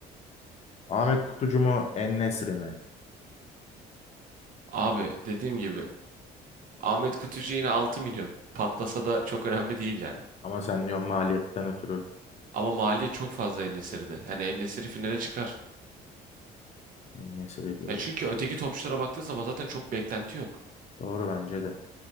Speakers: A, on the left; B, on the right.
A: Ahmet Kutucu mu? En-Nesyri mi?
B: Abi dediğim gibi Ahmet Kutucu yine 6 milyon. Patlasa da çok önemli değil yani.
A: Ama sen diyorsun maliyetten ötürü
B: Ama maliye çok fazla El Nesir'de. Yani El Nesir'i finale çıkar.
A: mesele diyorum.
B: Ya çünkü öteki topçulara baktığı zaman zaten çok beklenti yok.
A: Doğru bence de.